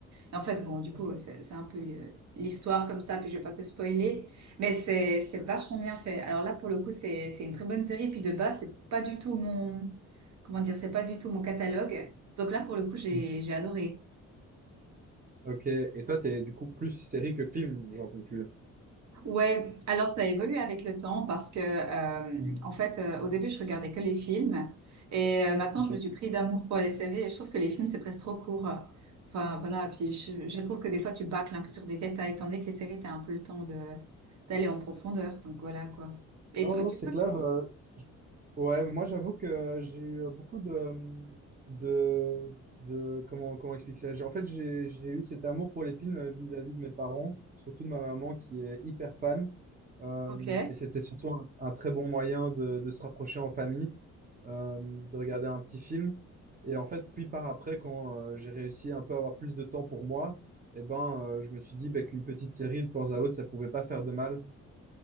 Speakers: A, on the right; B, on the right.
A: Et en fait, bon, du coup,
B: Ok.
A: c'est c'est un peu le- l'histoire comme ça, puis je vais pas te spoiler, mais c'est c'est vachement bien fait. Alors là, pour le coup, c'est c'est une très bonne série, puis de base, c'est pas du tout mon, comment dire, c'est pas du tout mon catalogue. Donc là, pour le coup, j'ai
B: Mm.
A: j'ai adoré.
B: Ok, et toi, t'es du coup plus série que film, j'en conclus.
A: Ouais, alors ça évolue avec le temps parce que, euh, en fait, euh, au début, je regardais que les films et euh, maintenant,
B: Ok.
A: je me suis pris d'amour pour les séries et je trouve que les films, c'est presque trop court. Enfin, voilà, puis je, je trouve que des fois, tu bâcles un peu sur des détails, tandis que les séries, tu as un peu le temps de d'aller en profondeur. Donc voilà quoi. Et
B: Non,
A: toi,
B: non,
A: du
B: c'est
A: coup,
B: clair.
A: t'es-
B: euh, ouais, moi j'avoue que j'ai eu euh, beaucoup de, de, de comment, comment expliquer ça? J'ai- En fait, j'ai, j'ai eu cet amour pour les films euh, vis-à-vis de mes parents, surtout de ma maman qui est hyper fan. Euh,
A: ok.
B: et c'était surtout un, un très bon moyen de, de se rapprocher en famille, euh, de regarder un petit film. Et en fait, puis par après, quand euh, j'ai réussi un peu à avoir plus de temps pour moi, eh ben, euh, je me suis dit bah, qu'une petite série de temps à autre, ça pouvait pas faire de mal.